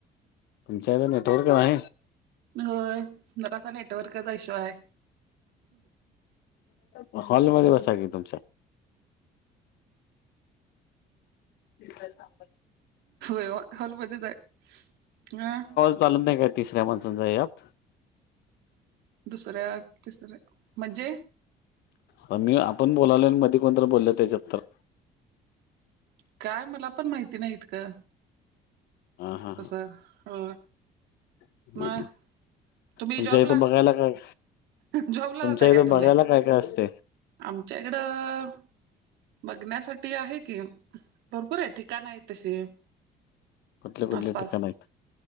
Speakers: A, on the left; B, on the right.
A: पंचायत नेटवर्क आहे.
B: होय जरासा नेटवर्कचा हश्वाय.
A: मग हॉलमध्येध्ये बसा क तुमच्या. तसर सां.
B: यव हल बधत आहे हम.
A: लत नाही काय तिसऱ्या माणसांचा यात.
B: दुसऱ्या-तिसऱ्या म्हणजे.
A: ता मी आपण बोलावले मध कोणतरी बोलल त्याच्यात तरर.
B: काय मला पण माहिती नाहीत का
A: हा हा हा
B: तस हो.
A: <inaudible> ह
B: मग तुम्ही
A: तुमच्या
B: जॉबला
A: इथं बघायला काय.
B: जॉबला
A: तुमच्या
B: जाताय
A: इथं
B: काय तुम्ही?
A: बघायला काय काय असते?
B: आमच्या इकडं. बघण्यासाठी आहे की बरोपूर आहे ठिकाण आहे तशी.
A: कुठले कुठले
B: आसपास
A: ठिकाण आहेत?